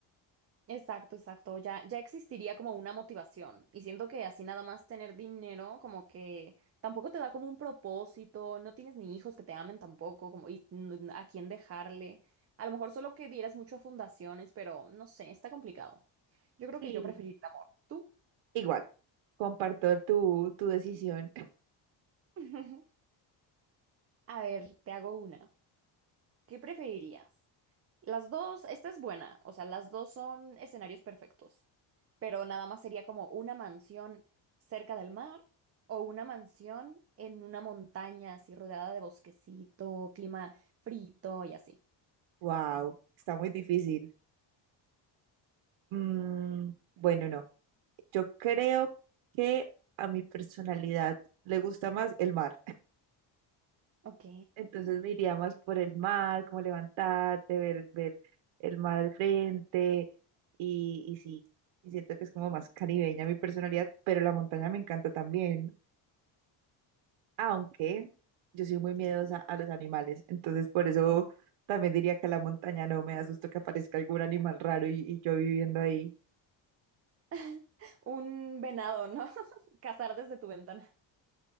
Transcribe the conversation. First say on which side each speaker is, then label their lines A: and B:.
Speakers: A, on the right; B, on the right.
A: Exacto, exacto. Ya, ya existiría como una motivación. Y siento que así nada más tener dinero, como que tampoco te da como un propósito, no tienes ni hijos que te amen tampoco, como y n- a quién dejarle. A lo mejor solo que dieras mucho a fundaciones, pero no sé, está complicado. Yo creo
B: Sí.
A: que yo preferiría el amor. ¿Tú?
B: Igual, comparto tu, tu decisión. <laughs>
A: <laughs> A ver, te hago una. ¿Qué preferirías? Las dos, esta es buena, o sea, las dos son escenarios perfectos, pero nada más sería como una mansión cerca del mar o una mansión en una montaña así rodeada de bosquecito, clima frito y así.
B: Wow, está muy difícil. Mm, bueno, no. Yo creo que a mi personalidad le gusta más el mar. <laughs>
A: Ok.
B: Entonces me iría más por el mar, como levantarte, ver, ver el mar al frente y, y sí, y siento que es como más caribeña mi personalidad, pero la montaña me encanta también, aunque yo soy muy miedosa a los animales, entonces por eso también diría que la montaña no me da susto que aparezca algún animal raro y, y yo viviendo ahí.
A: <laughs> Un venado, ¿no? <laughs> Cazar desde tu ventana.